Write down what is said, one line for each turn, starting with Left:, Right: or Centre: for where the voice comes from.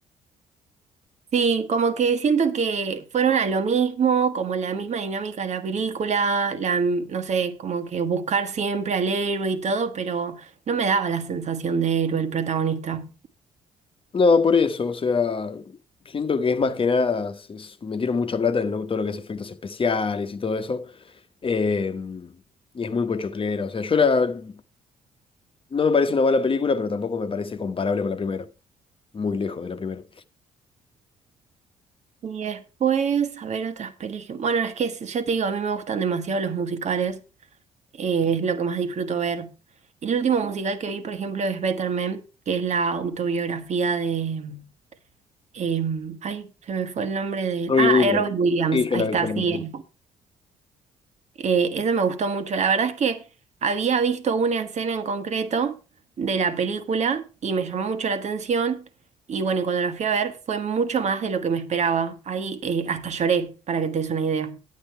Right: Sí, como que siento que fueron a lo mismo, como la misma dinámica de la película, la, no sé, como que buscar siempre al héroe y todo, pero no me daba la sensación de héroe el protagonista.
Left: No, por eso, o sea, siento que es más que nada, se- se metieron mucha plata en lo- todo lo que es efectos especiales y todo eso. Eh, y es muy pochoclera, o sea, yo la, no me parece una mala película, pero tampoco me parece comparable con la primera. Muy lejos de la primera.
Right: Y después, a ver otras películas. Bueno, es que ya te digo, a mí me gustan demasiado los musicales. eh, es lo que más disfruto ver. El último musical que vi, por ejemplo, es Better Man, que es la autobiografía de... em, ay, se me fue el nombre de...
Left: Robbie
Right: Ah,
Left: Williams.
Right: eh, Robbie Williams,
Left: Sí, yo
Right: ahí
Left: la
Right: está,
Left: vi, yo la
Right: sí.
Left: vi.
Right: Eh, Eh, ese me gustó mucho. La verdad es que había visto una escena en concreto de la película y me llamó mucho la atención. Y bueno, y cuando la fui a ver fue mucho más de lo que me esperaba. Ahí eh, hasta lloré, para que te des una idea.